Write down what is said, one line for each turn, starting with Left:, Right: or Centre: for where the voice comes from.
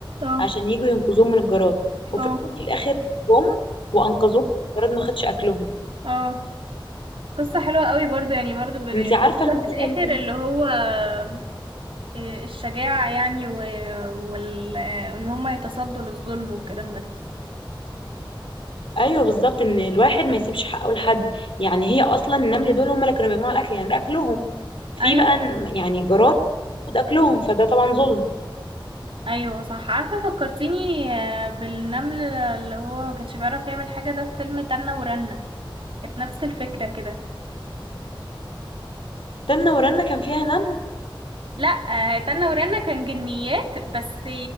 Right: اه
Left: عشان يجوا ينقذوهم من الجراد وفعلا
Right: اه
Left: في الآخر جم وأنقذوهم الجراد ما خدش أكلهم
Right: اه قصة حلوة قوي برضو يعني برضو بنقولها
Left: انت عارفة المغزى
Right: في الآخر اللي هو آه، الشجاعة يعني و... وال... آه، وإن هما يتصدوا للظلم والكلام ده
Left: ايوه بالظبط ان الواحد ما يسيبش حقه لحد يعني هي اصلا النمل دول هم اللي كانوا بيجمعوا الاكل يعني ده اكلهم في
Right: أيوة
Left: بقى ن- يعني جارات تاخد اكلهم فده طبعا ظلم
Right: أيوة صح عارفة فكرتيني آه، بالنمل اللي هو ما كانش بيعرف يعمل حاجة ده في فيلم تنة ورنة كانت نفس الفكرة كده
Left: تنة ورنة كان فيها نمل
Right: لا آه، تنة ورنة كان جنيات بس آه،